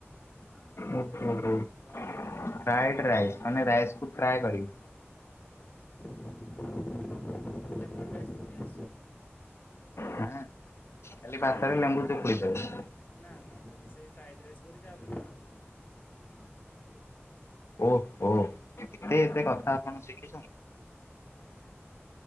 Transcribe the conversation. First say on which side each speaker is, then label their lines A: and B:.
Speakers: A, on the left; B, on the left.
A: ଆଉ
B: ଓ ଫ୍ରାଇଡ
A: ଗରମ ପାଣି କରି ଆସିବ
B: ରାଇସ୍ ମାନେ ରାଇସ କୁ ଫ୍ରାଏ ରାଇସ
A: <unintelligible>
B: ହାଁ ଖାଲି ଭାତରେ ଲେମ୍ବୁ ଚିପୁଡ଼ି ଦେଉଚ?
A: ନା ନା ତାକୁ ସେଇ ଫ୍ରାଏଡ଼୍ <unintelligible>
B: ଓହ ହୋ ହୋ ଏତେ ଏତେ କଥା ଆପଣ ଶିଖିଛନ୍ତି?
A: ଆଜ୍ଞା